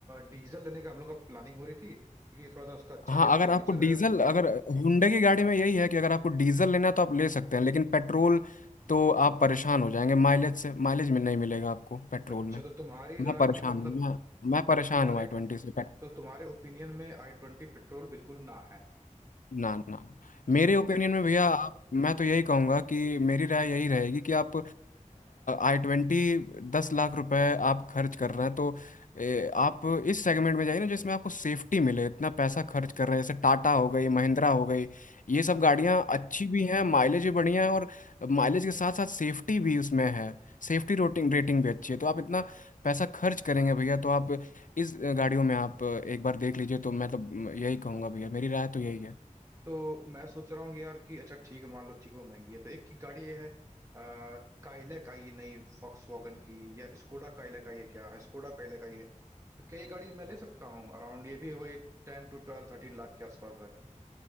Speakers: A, on the right; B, on the left.
A: डीजल लेने का हम लोग का प्लानिंग हो रही थी क्योंकि थोड़ा सा उसका अच्छा
B: हाँ
A: फीचर
B: अगर आपको
A: वीचर
B: डीजल
A: है
B: अगर हुंडई की गाड़ी में यही है कि अगर आपको डीजल लेना है तो आप ले सकते हैं लेकिन पेट्रोल तो आप परेशान हो जाएंगे माइलेज से माइलेज में नहीं मिलेगा आपको पेट्रोल
A: अच्छा
B: में
A: तो तुम्हारी
B: मैं
A: राय
B: परेशान
A: में मतलब
B: हूँ मैं मैं परेशान
A: मतलब तुम्हारे
B: हूँ आई ट्वेंटी से
A: तो तुम्हारे ओपिनियन में आई ट्वेंटी पेट्रोल बिल्कुल ना है
B: ना ना ना। मेरे
A: तो
B: ओपिनियन में भैया आप मैं तो यही कहूँगा कि मेरी राय यही रहेगी कि आप आई ट्वेंटी दस लाख रुपए आप खर्च कर रहे हैं तो ए, आप इस सेगमेंट में जाइए ना जिसमें आपको सेफ्टी मिले इतना पैसा खर्च कर रहे हैं जैसे टाटा हो गई महिंद्रा हो गई ये सब
A: हम्म
B: गाड़ियाँ अच्छी भी हैं माइलेज भी बढ़िया है और माइलेज के साथ साथ सेफ्टी भी उसमें है सेफ्टी रोटिंग रेटिंग भी अच्छी है तो आप इतना पैसा खर्च करेंगे भैया तो आप इस गाड़ियों में आप एक बार देख लीजिए तो मैं तो यही कहूँगा भैया मेरी राय तो यही है
A: तो मैं सोच रहा हूँ कि यार कि अच्छा ठीक है मान लो ठीक है वो महंगी है तो एक की गाड़ी ये है आ, काइलैक आई है नई फॉक्स वॉगन की या स्कोडा काइलैक आई है क्या हाँ, स्कोडा काइलैक आई है तो क्या ये गाड़ी मैं ले सकता हूँ अराउंड ये भी वही ten to twelve thirteen lakh के आसपास है